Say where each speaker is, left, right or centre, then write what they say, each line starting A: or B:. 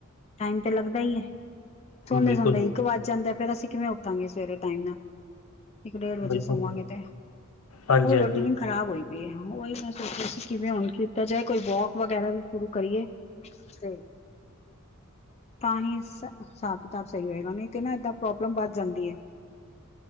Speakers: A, on the left; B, on the left.
A: ਟਾਈਮ ਤੇ ਲੱਗਦਾ ਈ ਐ, ਸੌਂਦੇ-
B: ਬਿਲਕੁਲ
A: ਸੌਦੇ
B: ਜੀ
A: ਇੱਕ ਵੱਜ ਜਾਂਦੈ, ਫੇਰ ਅਸੀ ਕਿਵੇਂ ਉਠਾਂਗੇ ਸਵੇਰੇ ਟਾਈਮ ਨਾਲ। ਇੱਕ ਡੇਢ ਵਜੇ
B: ਬਿਲਕੁਲ
A: ਸੋਵਾਂਗੇ
B: ਜੀ
A: ਤੇ,
B: ਹਾਂਜੀ
A: ਉਹ ਰੁਟੀਨ
B: ਹਾਂਜੀ
A: ਖ਼ਰਾਬ ਹੋਈ ਪਈ ਐ, ਉਹੀ ਮੈਂ ਸੋਚਿਆ ਸੀ ਕਿਵੇਂ ਹੁਣ ਕੀਤਾ ਜਾਏ, ਕੋਈ ਵੌਕ ਵਗੈਰਾ ਵੀ ਸ਼ੁਰੂ ਕਰੀਏ। ਤੇ ਤਾਂਹੀ ਸ ਹਿਸਾਬ ਕਿਤਾਬ ਸਹੀ ਹੋਏਗਾ, ਨਈ ਤੇ ਨਾ ਏਦਾਂ ਪ੍ਰੋਬਲਮ ਵਧ ਜਾਂਦੀ ਏ।